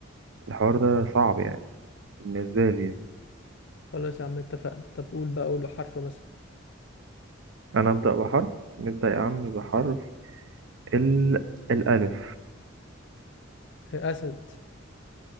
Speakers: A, on the right (about 60°); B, on the left (about 60°).
A: الحوار ده صعب يعني بالنسبة لي يعني.
B: خلاص يا عم اتفقنا طب قول بقى قول حرف مثلا
A: انا ابدأ بحرف نبدأ يا عم بحرف ال الألف
B: آه، اسد